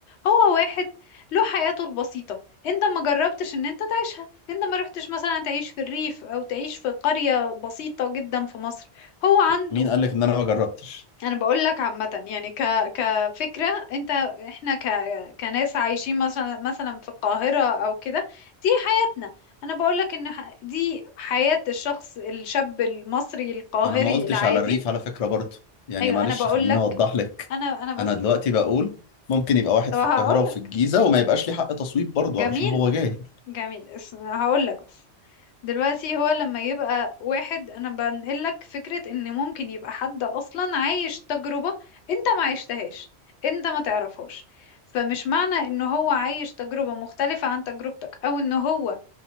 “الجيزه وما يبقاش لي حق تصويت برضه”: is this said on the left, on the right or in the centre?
Left